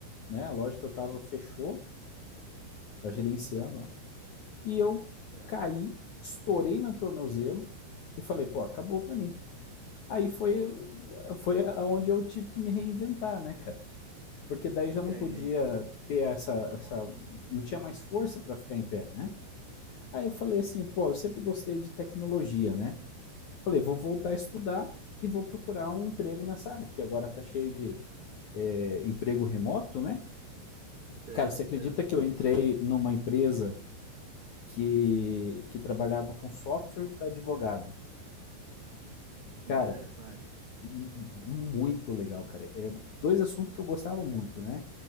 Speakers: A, on the left; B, on the right.
A: né? A loja que eu tava fechou, tava gerenciando, ó. E eu
B: Certo.
A: caí, estourei meu tornozelo e falei, pô, acabou pra mim. Aí foi,
B: Pô,
A: foi onde eu tive que me reinventar, né, cara? Porque daí
B: entendi.
A: já não podia ter essa. essa não tinha mais força para ficar em pé, né? Aí eu falei assim, pô, eu sempre gostei de tecnologia, né? Falei, vou voltar a estudar e vou procurar um emprego nessa área, porque agora tá cheio de é, emprego remoto, né?
B: Certo,
A: Cara, você acredita
B: certo.
A: que eu entrei numa empresa que, que trabalhava com software para advogado.
B: Interessante.
A: Cara, um, um, um muito legal, cara. É dois assuntos que eu gostava muito, né?